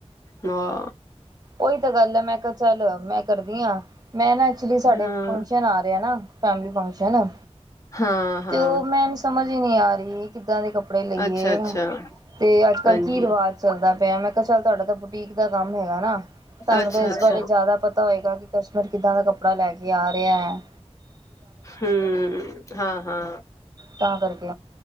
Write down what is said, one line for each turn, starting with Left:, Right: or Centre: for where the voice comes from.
Left: ਨਵਾਂ
Right: ਉਹੀ ਤਾਂ ਗੱਲ ਐ ਮੈਂ ਕਿਹਾ ਚੱਲ ਮੈਂ ਕਰਦੀ ਆ ਮੈਂ ਨਾ ਐਕਚੁਲੀ ਸਾਡੇ
Left: ਹਾਂ,
Right: ਫੰਕਸ਼ਨ ਆ ਰਿਹਾ ਨਾ ਫੈਮਲੀ ਫੰਕਸ਼ਨ
Left: ਹਾਂ ਹਾਂ
Right: ਤੇ ਉਹ ਮੈਨੂੰ ਸਮਝ ਈ ਨੀ ਆ ਰਹੀ ਕਿੱਦਾਂ ਦੇ ਕੱਪੜੇ ਲਈਏ
Left: ਅੱਛਾ, ਅੱਛਾ
Right: ਤੇ ਅੱਜ- ਕੱਲ੍ਹ
Left: ਹਾਂਜੀ
Right: ਕੀ ਰਿਵਾਜ਼ ਚੱਲਦਾ ਪਿਆ, ਮੈਂ ਕਿਹਾ ਚੱਲ ਤੁਹਾਡਾ ਤਾਂ ਬੁਟੀਕ ਦਾ ਕੰਮ ਹੈਗਾ ਨਾ ਤਾਨੂੰ
Left: ਅੱਛਾ,
Right: ਤਾਂ ਇਸ
Left: ਅੱਛਾ
Right: ਬਾਰੇ ਜ਼ਿਆਦਾ ਪਤਾ ਹੋਏਗਾ ਕਿ ਕਸ਼ਟਮਰ ਕਿੱਦਾਂ ਦਾ ਕੱਪੜਾ ਲੈ ਕੇ ਆ ਰਿਹਾ ਐ।
Left: ਹਮ, ਹਾਂ ਹਾਂ
Right: ਤਾਂ ਕਰਕੇ